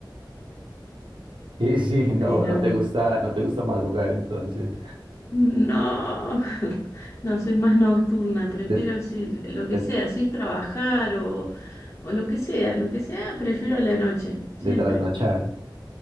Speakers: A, on the right; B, on the left.
A: <laughs> Sí, sí, no,
B: Pero
A: no te gusta, no te gusta madrugar, entonces,
B: no, <laughs> no, soy más nocturna, prefiero
A: de,
B: si lo que
A: de,
B: sea, si es trabajar o, o lo que sea, lo que sea, prefiero a la noche, siempre.
A: de trasnochar.